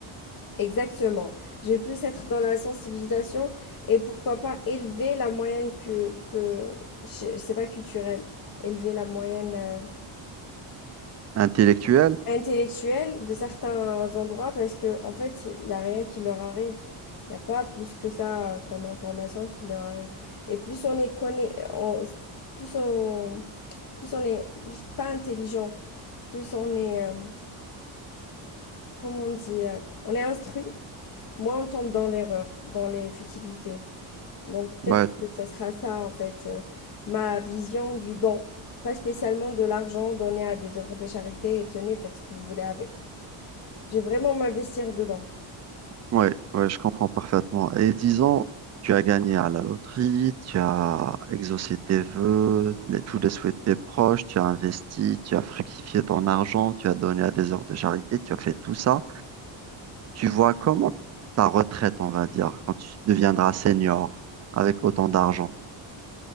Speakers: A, on the left; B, on the right.
A: Exactement. Je vais plus être dans la sensibilisation et pourquoi pas élever la moyenne que... que... je- C'est pas culturel. Élever la moyenne euh,
B: Intellectuelle?
A: intellectuelle de certains endroits parce que en fait, il n'y a rien qui leur arrive. Il n'y a pas plus que ça euh, comme information qui leur arrive. Et plus on les connaît, on- plus on plus on est plus- pas intelligent, plus on est, euh, comment on dit, euh, on est instruit, moins on tombe dans l'erreur, dans les futilités. Donc peut-être
B: Ouais,
A: que ça sera ça en fait, euh, ma vision du don. Pas spécialement de l'argent donné à des œuvres de charité et tenez, faites ce que vous voulez avec. Je vais vraiment m'investir dedans.
B: ouais, ouais, je comprends parfaitement. Et disons, tu as gagné à la loterie, tu as exaucé tes vœux, les- tous les souhaits de tes proches, tu as investi, tu as fructifié ton argent, tu as donné à des œuvres de charité, tu as fait tout ça. Tu vois comment ta retraite, on va dire, quand tu deviendras senior avec autant d'argent?